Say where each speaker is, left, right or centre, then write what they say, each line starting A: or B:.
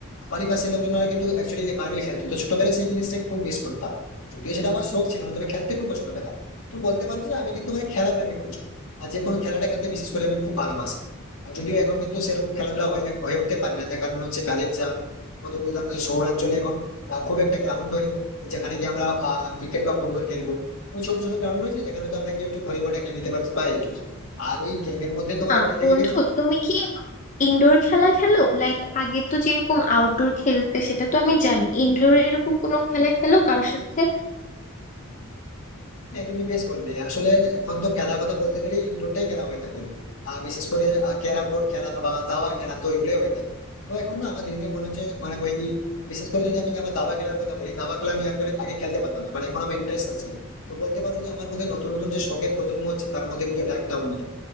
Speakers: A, on the left; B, on the left.
A: বাড়ির পাশের লোকজনরা কিন্তু অ্যাকচুয়ালি মার্বেল খেলতো তো ছোটবেলায় সেই জিনিসটাকে খুব মিস করতাম যদিও সেটা আমার শখ ছিল না তবে খেলতে খুব পছন্দ পেতাম তো বলতে পারি যে আমি কিন্তু মানে খেলা প্রেমিক প্রচুর আর যে কোনো খেলাটা খেলতে বিশেষ করে আমি খুব ভালোবাসি আর যদিও এখন কিন্তু সেরকম খেলাধুলা হয়ে হয়ে উঠতে পারি না তার কারণ হচ্ছে কাজের চাপ আপাতত কিন্তু আমাদের শহরাঞ্চলে এখন আহ, খুব একটা গ্রাউন্ড নেই যেখানে গিয়ে আমরা ক্রিকেট বা ফুটবল খেলবো ওই ছোট ছোট গ্রাউন্ড রয়েছে যেখানে তো আমরা গিয়ে একটু ভলিবলটা খেলে নিতে পারি বা এইটুকু আর ওই গেমের মধ্যে তোমার
B: না
A: একটা থেকে
B: বন্ধু
A: গেছে
B: তুমি কি এখন ইনডোর খেলা খেলো লাইক আগে তো যেরকম আউটডোর খেলতে সেটা তো আমি জানি ইনডোর এরকম কোনো খেলা খেলো কারোর সাথে
A: হ্যাঁ তুমি বেশ বললে আসলে এখন তো খেলা কথা বলতে গেলে ইনডোরটাই খেলা হয়ে থাকে আর বিশেষ করে ক্যারাম বোর্ড খেলা বা দাবা খেলা তো এগুলোই হয়ে থাকে তো এখন না আমার ধীরে ধীরে মনে হচ্ছে মানে ওই বিশেষ করে যদি আমি আমার দাবা খেলার কথা বলি দাবা খেলা আমি আগে আগে খেলতে পারতাম না মানে এখন আমার ইন্টারেস্ট আছে তো বলতে পারো যে আমার মধ্যে নতুন নতুন যে শখের প্রজন্ম হচ্ছে তার মধ্যে কিন্তু এটা একটা অন্যতম